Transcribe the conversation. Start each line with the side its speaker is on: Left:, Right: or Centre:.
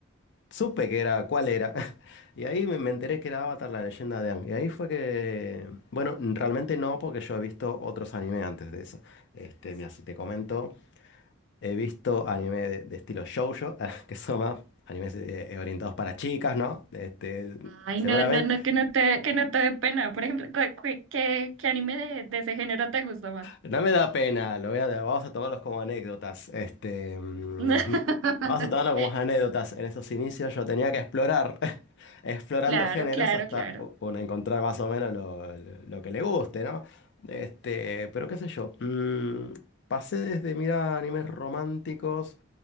Left: supe que era, cuál era. <laughs> Y ahí me, me enteré que era Avatar, la leyenda de Aang. Y ahí fue que, bueno, realmente no, porque yo he visto otros anime antes de eso. Este, mira, si te comento, he visto anime de, de estilo shoujo, <laughs> que son más animes eh, orientados para chicas, ¿no? Este,
Right: Ay,
Left: seguramente.
Right: no, no, no, que no te, que no te dé pena. Por ejemplo, ¿cu- cu- ¿qué, qué anime de, de ese género te gusta más?
Left: No me da pena, lo voy a, vamos a tomarlos como anécdotas. Este, mm,
Right: <laughs>
Left: vamos a tomarlo como anécdotas. En esos inicios yo tenía que explorar, <laughs> explorando
Right: Claro,
Left: géneros
Right: claro,
Left: hasta
Right: claro.
Left: u- uno encontrar más o menos lo, lo que le guste, ¿no? Este, pero qué sé yo. mm, pasé desde mirar animes románticos.